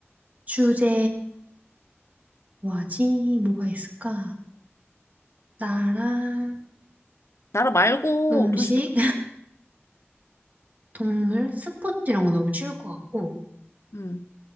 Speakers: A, on the right (about 35°); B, on the left (about 80°).
A: 주제, 뭐하지? 뭐가 있을까? 나라,
B: 나라 말고
A: 음식,
B: 도시도,
A: 동물, 스포츠 이런 거 너무 쉬울 것 같고.
B: 음,